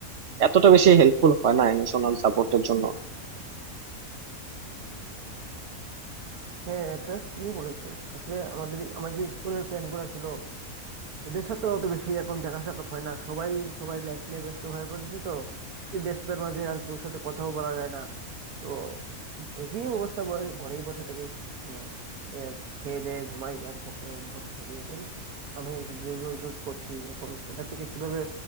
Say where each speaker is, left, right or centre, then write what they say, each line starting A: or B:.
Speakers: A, on the right; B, on the right.
A: এতটা বেশি হেল্পফুল হয় না ইমোশনাল সাপোর্টের জন্য
B: হ্যাঁ এটা ঠিকই বলেছো আসলে আমাদের আমাদের যে স্কুলের ফ্রেন্ড গুলা ছিল ওদের সাথে অত বেশি এখন দেখা সাক্ষাৎ হয় না সবাই সবাই লাইফ নিয়ে ব্যস্ত হয়ে পড়েছে তো এই ব্যস্ততার মাঝে আর কেউ সাথে কথাও বলা যায় না তো একই অবস্থা ব- ঘরেই বসে থাকি মানে এ, খেয়ে দেয়ে ঘুমাই আর ঘ- এ, বসে থাকি এটাই আমি যে রোজ রোজ করছি এখন এটা থেকে কিভাবে